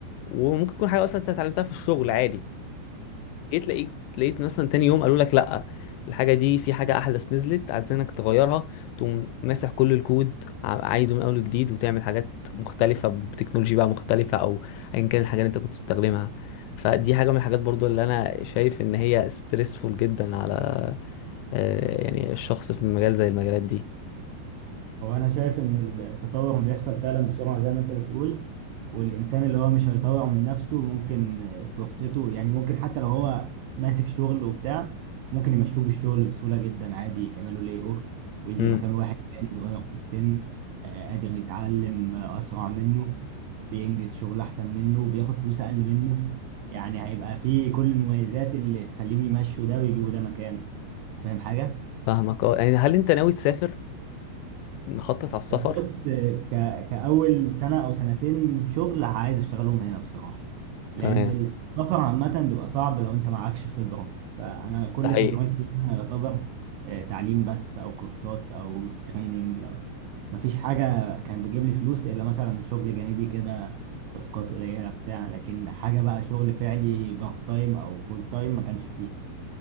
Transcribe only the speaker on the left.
وممكن تكون حاجة اصلا انت اتعلمتها في الشغل عادي جيت لقيت لقيت مثلا تاني يوم قالوا لك لا الحاجه دي في حاجه احدث نزلت عايزينك تغيرها تقوم ماسح كل الكود ع- عايده من اول وجديد وتعمل حاجات مختلفه بتكنولوجي بقى مختلفه او ايا كان الحاجه اللي انت كنت بتستخدمها فدي حاجه من الحاجات برضو اللي انا شايف ان هي ستريسفول جدا على آه، يعني الشخص في مجال زي المجالات دي
امم
فاهمك اه يعني هل انت ناوي تسافر مخطط على السفر
تمام
ده حقيقي